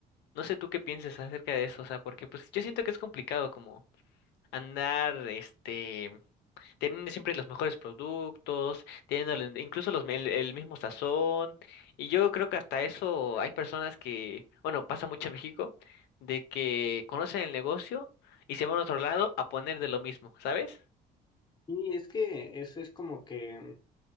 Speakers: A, on the left (about 80°); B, on the left (about 25°).
A: No sé tú qué piensas acerca de eso, o sea, porque pues yo siento que es complicado andar, este, teniendo siempre los mejores productos, teniendo el- incluso los, el, el mismo sazón. Y yo creo que hasta eso hay personas que, bueno, pasa mucho en México, de que conocen el negocio y se van a otro lado a poner de lo mismo, ¿sabes?
B: Y es que eso es como que